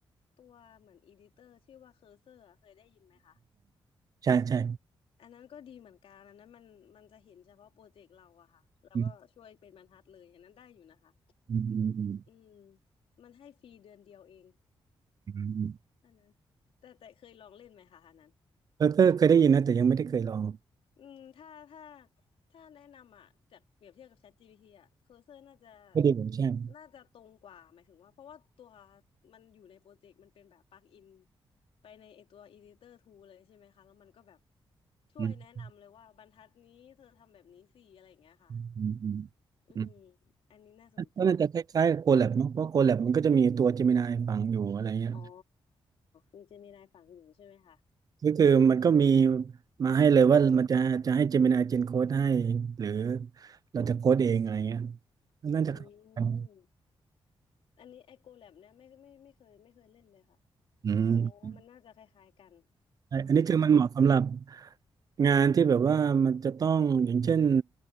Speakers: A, on the left; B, on the right.
A: ตัวเหมือนอีดิเตอร์ชื่อว่าเคอร์เซอร์เคยได้ยินไหมคะ
B: ใช่ใช่
A: อันนั้นก็ดีเหมือนกันอันนั้นมันมันจะเห็นเฉพาะโปรเจกต์เราอะค่ะแล้วก็ช่วยเป็นบรรทัดเลยอันนั้นได้อยู่นะคะ
B: อืมอืมอืม
A: อืมมันให้ฟรีเดือนเดียวเอง
B: อืม
A: อันนั้นแต่แต่เคยลองเล่นไหมคะอันนั้น
B: เบอร์เกอร์เคยได้ยินนะแต่ยังไม่ได้เคยลอง
A: อืมถ้าถ้าถ้าแนะนำอ่ะจากเปรียบเทียบกับ ChatGPT อ่ะ Cursor น่าจะ
B: ไม่ได้เหมือนแช่ม
A: น่าจะตรงกว่าหมายถึงว่าเพราะว่าตัวมันอยู่ในโปรเจกต์มันเป็นแบบปลั๊กอินไปในไอตัว Editor Tool เลยใช่ไหมคะแล้วมันก็แบบช่วยแนะนำเลยว่าบรรทัดนี้เธอทำแบบนี้สิอะไรอย่างเงี้ยค่ะ
B: อืมอืมอืม
A: อืม
B: อืม
A: อันนี้น่าสนใจ
B: ก็น่าจะคล้ายๆกับโคแลบมั้งเพราะโคแลบมันก็จะมีตัวเจมินายฝังอยู่อะไรเงี้ย
A: อ๋อมีเจมินายฝังอยู่ใช่ไหมคะ
B: ก็คือมันก็มีมาให้เลยว่ามันจะจะให้เจมินายเจนโค้ดให้หรือเราจะโค้ดเองอะไรเงี้ยน่าจะคล้ายกัน
A: อืมอันนี้ไอโกแลบเนี่ยไม่ไม่ไม่เคยไม่เคยเล่นเลยค่ะ
B: อืม
A: อ๋อมันน่าจะคล้ายๆกัน
B: ใช่อันนี้คือมันเหมาะสำหรับ
A: อืม
B: งานที่แบบว่ามันจะต้องอย่างเช่น